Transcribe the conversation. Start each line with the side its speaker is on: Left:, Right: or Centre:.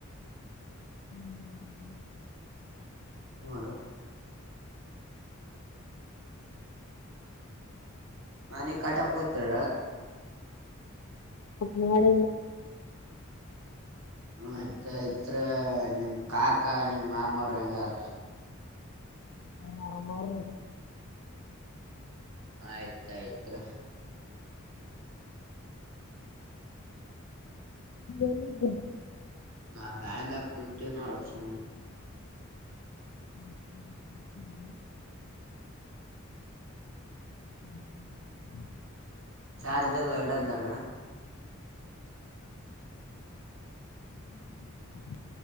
Left: ಹ್ಮ್
Right: ನ ಅನ ಕಾಟಕ್ ಹೋಯ್ತಾರ
Left: ಮಾಡ
Right: ಹ ಆಯ್ತ ಆಯ್ತ್ ನಿಮ್ ಕಾಕಾ ನಿಮ್ ಮಾಮವ್ರ ಹೆಂಗಾರ
Left: ಹಾ ಆರಾಮ ರೀ
Right: ಆಯ್ತ ಆಯ್ತ್ ರೀ
Left: ಎಲ್ಲಿದ್ರಿ
Right: ನಮ ಮ್ಯಳಿ ಮ್ಯಾಗ ಕುಂತಿ ನೋಡ ಸುಮ್ಮ
Left: ಹ್ಮ್ ಹ್ಮ್ ಹ್ಮ್ ಹ್ಮ ಹ್ಮ್ ಹ್ಮ ಹ
Right: ಚಾರ್ಜ್ ಎಲ್ಲ ಎರಡಂದಾರ
Left: ಹ್ಮ್